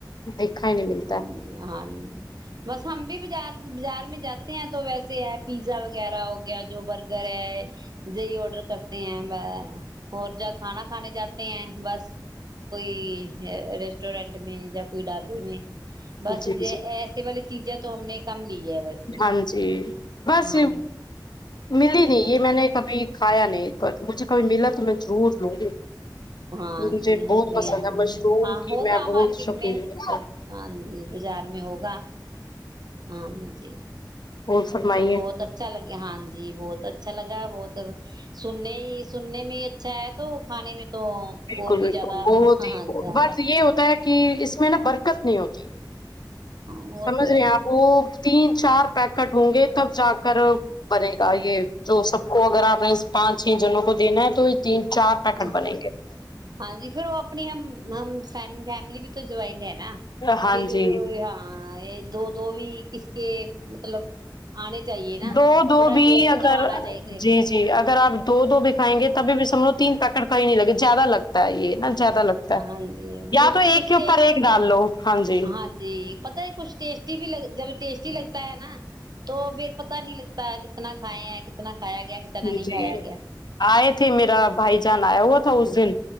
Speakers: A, on the left; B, on the right.
A: دیکھا ہی نہیں ملتا <unintelligible>
B: ہاں ج ہاں جی بس ہممب بھی بازار <unintelligible> بازار میں جاتے ہیں تو ویسے ہے پیزا وغیرہ ہو گیا جو برگر ہے یہی آڈر کرتے ہیں اور جا کھانا کھانے جاتے ہیں بس کوئی ریسٹورینٹ میں یا کوئی ڈھابے میں
A: ہے
B: بس
A: جی
B: ج
A: جی
B: ایسے والے <unintelligible> چیزیں تو ہم نے کم <unintelligible> ویسے
A: ہاں جی بس
B: ہاں
A: ملی نہیں یہ میں نے کبھی کھایا نہیں پر مجھے کبھی ملا تو میں ضرور لوں گی
B: ہاں
A: مجھے
B: جی ہاں
A: بہت
B: جی
A: پسند
B: ہاں
A: ہے مشروم
B: ہاں
A: کی
B: ہوگا
A: میں بہت
B: مارکیٹ
A: شوقین
B: میں
A: ہوں
B: ہاں جی بازار میں ہوگا <unintelligible> ہاں جی
A: اور فرمائیے
B: تو بہت اچھا لگا <unintelligible> ہاں جی بہت اچھا لگا بہت سننے ہی سننے میں ہی اچھا ہے تو کھانے میں تو
A: بالکل
B: اور بھی
A: بالکل
B: زیادہ
A: بہت
B: ہاں
A: ہی بہت
B: ہاں
A: ب یہ ہوتا ہے کہ اس <unintelligible> میں نا برکت نہیں ہوتی
B: وہ
A: سمج
B: تو ہے
A: رہی آپو <unintelligible> تین چار پیکٹ ہوں گے تب جا کر بنے گا یہ جو سب <unintelligible> کو اگر آپ نے پانچ چھ جنوں کو دینا ہے تو تین چار پیکٹ
B: ا
A: بنیں گے
B: ہاں جی پھر وہ <unintelligible> اپنی ہم ہم س فیملی بھی تو جوائن ہیں
A: ہاں
B: پھر
A: جی
B: ہاں <unintelligible> ہاں یہ دو دو بھی کس کے مطلب آنے چاہیے نا
A: دو دو
B: تھوڑا
A: بھی
B: ٹیسٹ
A: اگر
B: تو آنا چاہیے
A: جی جی اگر آپ دو بھیکھائیں گے تبھی بھی سم لو تین پیکٹ ک ہی نہیں لگے زیادہ لگتا ہے یہ نا زیادہ لگتا ہے
B: ہاں جی
A: یا
B: وہ
A: تو ایک
B: کچھ س
A: کے اوپر ایک ڈال لو ہاں جی
B: ہاں جی پتا ہے کچھ ٹیسٹی بھی لگ <unintelligible> جب ٹیسٹی لگتا ہے نا تو پھر پتا نہیں لگتا کتنا کھائے ہیں کتنا کھایا گیا کتنا
A: مجھے
B: نہیں کھایا گیا
A: آئے تھے میرا بھائی جان آیا ہوا تھا اس دن